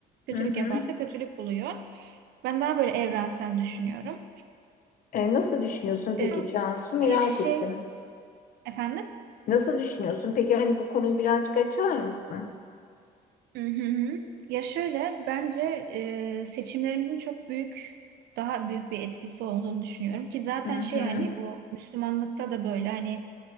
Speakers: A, on the right; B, on the left.
A: kötülük
B: Hı hı.
A: yaparsa kötülük buluyor. Ben daha böyle evrensel düşünüyorum.
B: E, nasıl düşünüyorsun
A: E,
B: peki Cansu? Merak
A: bir şey
B: ettim.
A: efendim.
B: Nasıl düşünüyorsun? Peki hani bu konuyu birazcık açar mısın?
A: Hı hı hı. Ya şöyle bence e, seçimlerimizin çok büyük daha büyük bir etkisi olduğunu düşünüyorum ki zaten
B: Hı hı.
A: şey hani bu Müslümanlıkta da böyle hani